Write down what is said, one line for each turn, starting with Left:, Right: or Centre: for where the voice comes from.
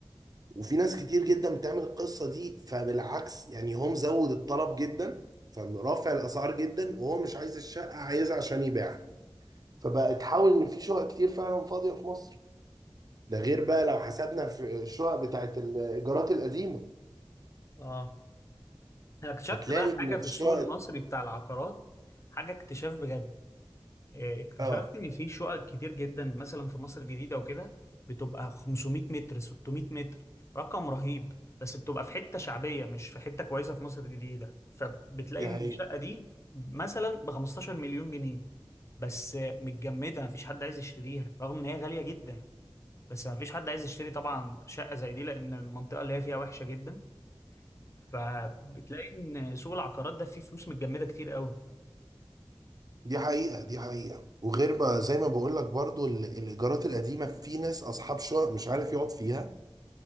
Right: وفي ناس كتير جدا بتعمل القصه دي فبالعكس يعني هو مزود الطلب جدا فرافع الاسعار جدا وهو مش عايز الشقه عايزها عشان يبيعها فبقى تحاول ان في شقق كتير فعلا فاضيه في مصر ده غير بقى لو حسبنا في الشقق بتاعت الايجارات القديمه
Left: اه انا اكتشفت
Right: هتلاقي
Left: بقى
Right: ان
Left: حاجه في
Right: الشقق
Left: السوق المصري بتاع العقارات حاجه اكتشاف بجد آه، اكتشفت
Right: اه
Left: ان في شقق كتير جدا مثلا في مصر الجديده وكده بتبقى 500 متر 600 متر رقم رهيب بس بتبقى في حته شعبيه مش في حته كويسه في مصر الجديده فبتلاقي
Right: دي
Left: ان
Right: حقيقه
Left: الشقه دي مثلا ب 15 مليون جنيه بس آه، متجمده مفيش حد عايز يشتريها رغم ان هي غاليه جدا بس مفيش حد عايز يشتري طبعا شقه زي دي لان المنطقه اللي هي فيها وحشه جدا فبتلاقي ان سوق العقارات ده فيه فلوس متجمده كتير قوي
Right: دي حقيقة دي حقيقة وغير بقى زي ما بقول لك برضو ال- الإيجارات القديمة في ناس أصحاب شقق مش عارف يقعد فيها